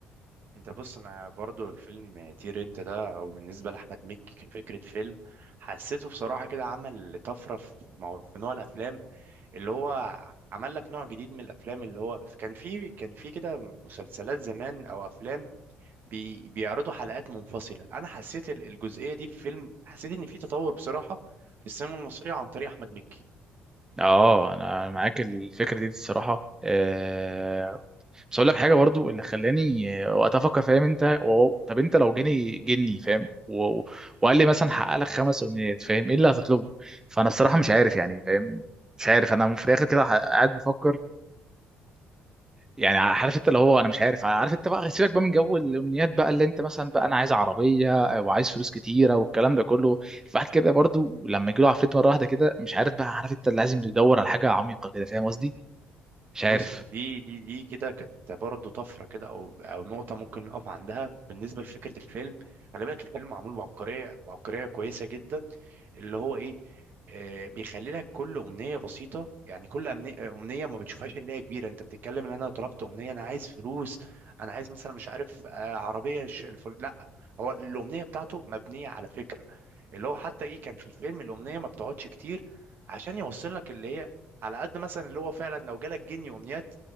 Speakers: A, on the right; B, on the right.
A: أنت بص أنا برضو الفيلم طير أنت ده أو بالنسبة لأحمد مكي فكرة فيلم حسيته بصراحة كده عمل طفرة في مو- في نوع الأفلام اللي هو عمل لك نوع جديد من الأفلام اللي هو كان في كان في كده مسلسلات زمان أو أفلام بي بيعرضوا حلقات منفصلة أنا حسيت ال- الجزئية دي في فيلم حسيت إن في تطور بصراحة في السينما المصرية عن طريق أحمد مكي
B: اه انا معاك الفكره دي الصراحه آه، بس اقول لك حاجه برضو اللي خلاني آه، وقتها افكر فاهم انت واو طب انت لو جاني جني فاهم و- وقال لي مثلا حقق لك خمس امنيات فاهم ايه اللي هتطلبه فانا الصراحه مش عارف يعني فاهم مش عارف انا في الاخر كده ح- قاعد بفكر يعني عارف انت اللي هو انا مش عارف عارف انت بقى سيبك بقى من جو الامنيات بقى اللي انت مثلا بقى انا عايز عربيه وعايز فلوس كتيره والكلام ده كله فواحد كده برضو لما يجي له عفريت مره واحده كده مش عارف بقى عارف انت اللي لازم يدور على حاجه عميقه كده فاهم قصدي مش عارف
A: بص دي دي دي كده كانت برضه طفره كده او او نقطه ممكن نقف عندها بالنسبه لفكره الفيلم خلي بالك الفيلم معمول بعبقريه بعبقريه كويسه جدا اللي هو ايه آه بيخلي لك كل امنيه بسيطه يعني كل أمني- آه، امنيه ما بتشوفهاش اللي هي كبيره انت بتتكلم ان انا طلبت امنيه انا عايز فلوس انا عايز مثلا مش عارف آه عربيه ش... الفل... لا هو الامنيه بتاعته مبنيه على فكره اللي هو حتى ايه كان في الفيلم الامنيه ما بتقعدش كتير عشان يوصل لك اللي هي على قد مثلا اللي هو فعلا لو جالك جني وامنيات